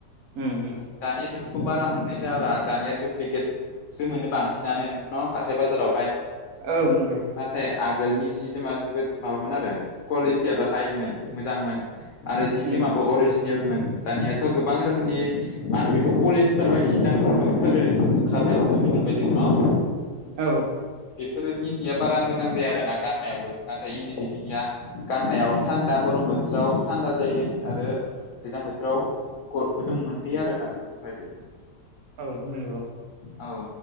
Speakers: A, on the right; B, on the left.
A: ओम ओम ओ
B: दानिया बेफोरखौ बारा मोननाय जाला दानिया दुुब्लिकेटसो मोनो बांसिनानो न' हाथाय बाजारावहाय
A: औ नंगौ
B: नाथाय आगोलनि जि जोमा जोबोद माबामोन आरो खुवालितियाबो हायमोन मोजांमोन आरो जिनि
A: उम
B: तिमाबो अरिजिनेलमोन दानियाथ' गोबां रोखोमनि मा होन बेखौ पलिसा फोर बायदिसिना खुन्दुंफोर ओंखारनाय नुनो मोनबाय जों नाओ
A: औ।
B: बेफोरनिबो जिया बारा मोजां जाया आरो ना गाननायावबो नाथाय इन्दि जिनि हिया गाननायाव थान्दा गरम बोथोराव थान्दा जायो आरो गोजां बोथोराव ओ गुदुं मोनहैयो आरोना बेफोरबादि
A: औ नंगौ
B: औ